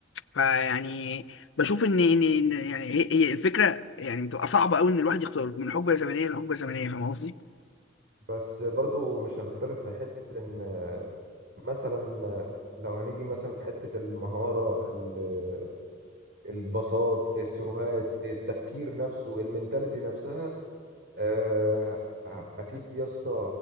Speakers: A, on the left; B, on the right.
A: فيعني بشوف ان ان إن يعني هي هي الفكره يعني بتبقى صعبه قوي ان الواحد يختار من حقبه زمنيه لحقبه زمنيه فاهم قصدي؟
B: بس برضه مش هنختلف في حته ان آه، مثلا آه، لو هنيجي مثلا في حته المهاره ال- البساط الثروهات التفكير نفسه المنتاليتي نفسها آه، اكيد يا اسطى